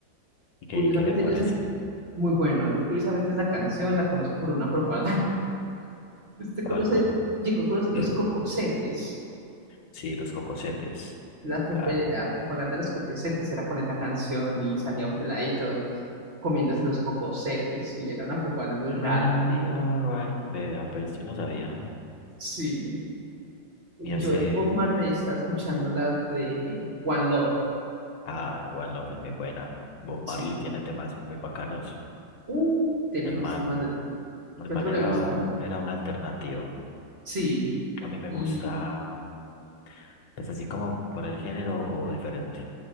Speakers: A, on the left; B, on the right.
A: ¿Y qué,
B: Curiosamente,
A: y qué le parece?
B: yo esa, muy bueno. Yo curiosamente esa canción la conozco por una propaganda. <laughs> ¿Usted
A: ¿Cuál,
B: conoce,
A: cuál?
B: llegó a conocer
A: <clears throat>
B: los cocosetes?
A: Sí, los cocosetes.
B: La, prop-
A: Claro.
B: la propaganda de los cocosetes era con esa canción y salía un peladito comiéndose los cocosetes y era una propaganda muy rara.
A: Gonna be alright, bebé. Ah, pues yo no sabía.
B: Sí, yo
A: Yo sé.
B: de Bob Marley estaba escuchando las de One Love.
A: Ah, One Love es muy buena. Bob Marley
B: Sí,
A: tiene temas muy bacanos.
B: uh, tiene
A: El
B: unos
A: man,
B: temas de... ¿Qué
A: el
B: otro
A: man
B: le
A: era,
B: gusta?
A: era un alternativo.
B: Sí,
A: A mí me
B: y
A: gusta, mm, pues así como por el género o diferente.